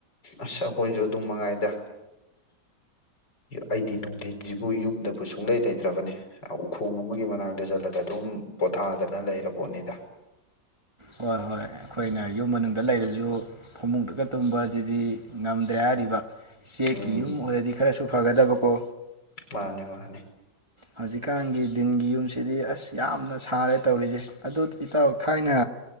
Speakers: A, on the left (about 70°); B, on the right (about 20°).
A: ꯑꯁ ꯑꯈꯣꯏꯖꯨ ꯑꯗꯨꯝ ꯃꯉꯥꯏꯗ ꯑꯩꯗꯤ ꯅꯨꯡꯗꯤꯟꯖꯤꯕꯨ ꯌꯨꯝꯗꯕꯨ ꯁꯨꯡꯂꯩ ꯂꯩꯇ꯭ꯔꯕꯅꯤ ꯎꯈꯣꯡ ꯑꯃꯒꯤ ꯃꯅꯥꯛꯇ ꯆꯠꯂꯒ ꯑꯗꯨꯝ ꯄꯣꯊꯥꯗꯅ ꯂꯩꯔ ꯄꯣꯠꯅꯤꯗ
B: ꯍꯣꯏ ꯍꯣꯏ ꯑꯩꯈꯣꯏꯅ ꯌꯨꯝ ꯃꯅꯨꯡꯗ ꯂꯩꯔꯖꯨ ꯐꯃꯨꯡꯗꯒ ꯇꯨꯝꯕꯁꯤꯗꯤ ꯉꯝꯗ꯭ꯔꯦ ꯍꯥꯏꯔꯤꯕ ꯆꯦꯛꯀꯤ
A: ꯎꯝ
B: ꯌꯨꯝ ꯑꯣꯏꯔꯗꯤ ꯈꯔꯁꯨ ꯐꯒꯗꯕꯀꯣ
A: ꯃꯥꯅꯦ ꯃꯥꯅꯦ
B: ꯍꯧꯖꯤꯛꯀꯥꯟꯒꯤ ꯗꯤꯟꯒꯤ ꯌꯨꯝꯁꯤꯗꯤ ꯑꯁ ꯌꯥꯝꯅ ꯁꯥꯔꯦ ꯇꯧꯔꯤꯁꯦ ꯑꯗꯨ ꯏꯇꯥꯎ ꯊꯥꯏꯅ